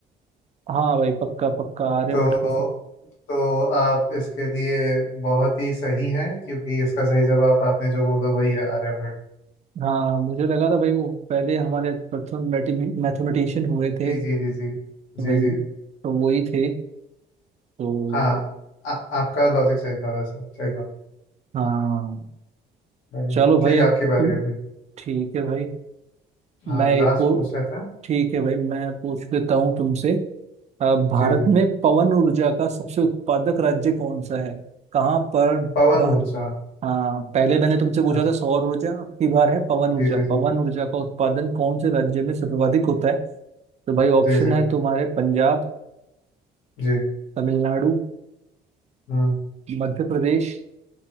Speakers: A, on the right; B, on the left.
A: हाँ भाई पक्का पक्का आर्य
B: तो
A: भट्ट के साथ
B: तो आप इसके लिए बहुत ही सही हैं क्योंकि इसका सही जवाब आपने जो बोला वही है आर्यभट्ट
A: हाँ मुझे लगा था भाई वो पहले हमारे प्रथम मैथमेटिशियन हुए
B: जी
A: थे
B: जी जी जी
A: तो
B: जी
A: भाई
B: जी
A: तो वो ही थे तो
B: हाँ आ, आपका लॉजिक सही था वैसे सही था
A: हाँ
B: बढ़िया
A: चलो भाई
B: ठीक है
A: अब
B: आपकी बारी
A: तुम
B: अभी
A: ठीक है भाई
B: हाँ
A: मैं एक
B: लास्ट
A: और
B: पूछ लेते हैं
A: ठीक है भाई मैं पूछ लेता हूँ तुमसे अ, भारत
B: जी जी
A: में पवन ऊर्जा का सबसे उत्पादक राज्य कौन सा है कहाँ पर
B: पवन
A: भा-
B: ऊर्जा
A: हाँ पहले मैंने तुमसे पूछा
B: अच्छा
A: था सौर ऊर्जा अब की बार है पवन ऊर्जा
B: जी जी
A: पवन
B: जी
A: ऊर्जा का उत्पादन कौन से राज्य में सर्वाधिक होता है तो भाई ऑप्शन
B: जी जी
A: है तुम्हारे पंजाब
B: जी
A: तमिलनाडु
B: हम्म
A: मध्य प्रदेश